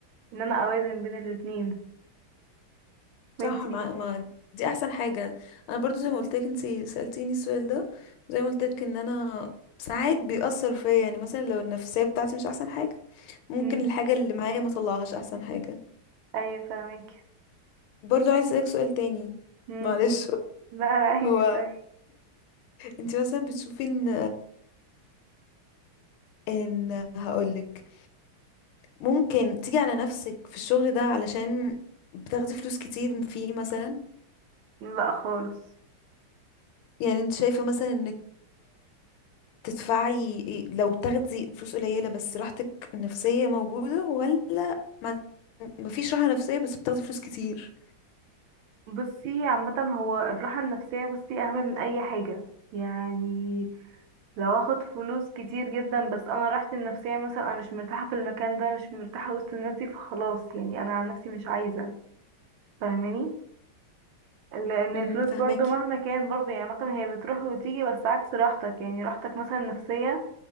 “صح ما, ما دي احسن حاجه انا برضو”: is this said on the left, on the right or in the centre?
Left